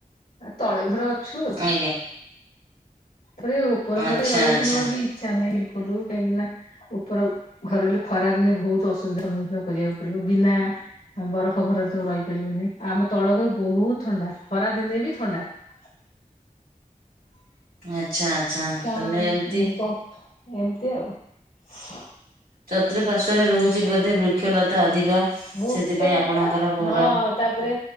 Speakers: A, on the left; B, on the right.
A: ତଳେ ଘର ଅ ଛୁ,
B: ଆଜ୍ଞା
A: ପରେ ଉପର
B: ଆଚ୍ଛା
A: ଘରେ ରହିବାକୁ
B: ଆଚ୍ଛା
A: ମୋର ବି ପାଇଁ ବିଲକୁଲୁ କାହିଁକି ନା ଉପର ଘରେ ଖରା ଦିନେ ବହୁତ ଅସୁବିଧା ସମ୍ମୁଖୀନ କରିବାକୁ ପଡିବ ବି ନା ବରଫ ଘରରେ ତମେ ରହିପାରିବୁନି ଆମ ତଳ ଘରେ ବହୁତ ଥଣ୍ଡା ଖରା ଦିନେ ବି ଥଣ୍ଡା! <unintelligible>
B: ଆଛା ଆଚ୍ଛା
A: ଫ୍ୟାନ
B: ତାହେଲେ ଏମୀତି
A: ପଙ୍ଖା ଏମିତି <unintelligible>
B: ଚତୁପାର୍ଶ୍ଵରେ ରହୁଛି ବୋଧେ ବୃକ୍ଷଲତା ଅଧିକ।
A: ବୃକ୍ଷଲତା,
B: ସେଥିପାଇଁ ଆପଣଙ୍କର ଘର
A: ହଁ ତାପରେ